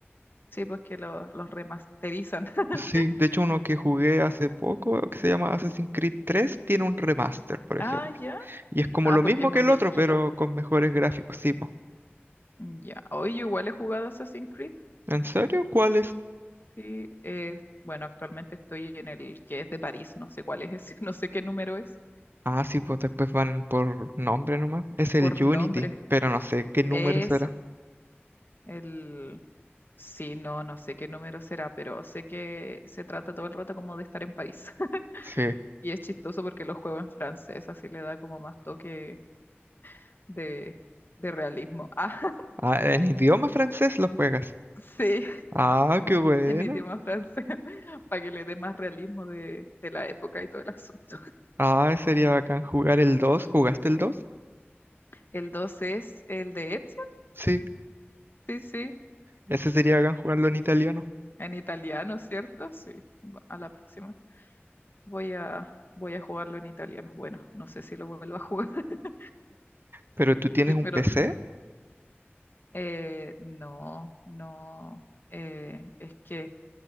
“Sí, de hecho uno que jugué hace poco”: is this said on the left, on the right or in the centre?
Right